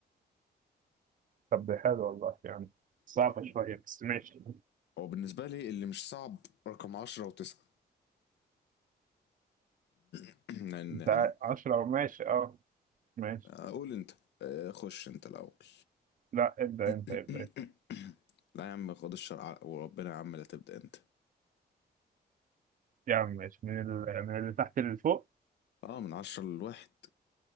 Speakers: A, on the right (about 50°); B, on the left (about 75°).
A: طب ده حلو والله يعني صعبة
B: طيب
A: شوية بس ماشي
B: هو بالنسبة لي اللي مش صعب رقم عشرة وتسعة <clears throat> لأن
A: انت
B: يعني
A: عشرة ماشي اه ماشي
B: آه، قول أنت آه، خش أنت الأول
A: لا ابدأ
B: <clears throat>
A: انت ابدأ انت
B: لا يا عم خد الشرع ع- وربنا يا عم لا تبدأ أنت
A: يا عم ماشي من ال... من اللي تحت اللي فوق
B: أه من عشرة لواحد